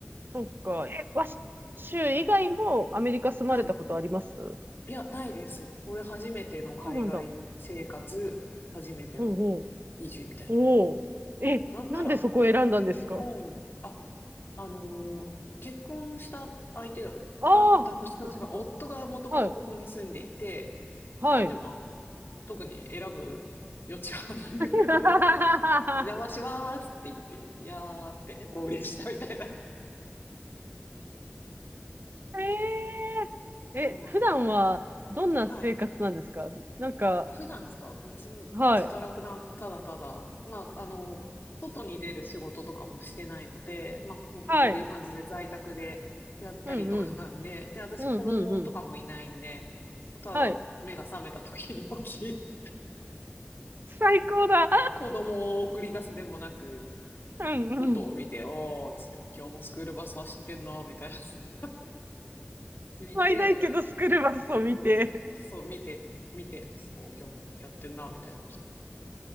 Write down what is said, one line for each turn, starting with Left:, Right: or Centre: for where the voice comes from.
Right: そっか。え、わし、州以外もアメリカ住まれたことありますそ
Left: な。はい。いや、ないです。これ初めての海外生活、
Right: うなんだ。
Left: 初めての
Right: うんうん。
Left: 移住みたいな。
Right: おお。え、
Left: なんなら、
Right: なんでそこを選んだんですか
Left: 日本、あ、あのー結婚した相手が、
Right: ああー、
Left: だ、旦那さんというか、
Right: なるほど。
Left: 夫がもともとここに住んでいて、
Right: はい。はい。
Left: なんでまあ、特に選ぶ余地はなく
Right: <laughs>
Left: <laughs> お邪魔しますって言って、いやーって合流したみたいな。
Right: えー、え、
Left: そうなんです。
Right: 普段はどんな生活なんですかなんか、
Left: はい。あ、普段ですかうちの自堕落な、
Right: はい。
Left: ただただ、まあ、あの、外に出る仕事とかもしてないので、まあ、ほんとこういう感じで在宅でやったりとかなんで、
Right: はい。うんうん。
Left: で、私子供とかもいないんで、
Right: うんうんうん。
Left: ただ目が覚めた時に起き、
Right: はい。最高だ。
Left: 子供を送り出すでもなく、
Right: うんうん。
Left: 外を見て、おー、つって、今日もスクールバス走ってんな、みたいな。<laughs> 見て、
Right: 毎いけどスクールバスを見て。
Left: そう、そう、見てる、見てるんです。おー、今日もやってんな、みたいな。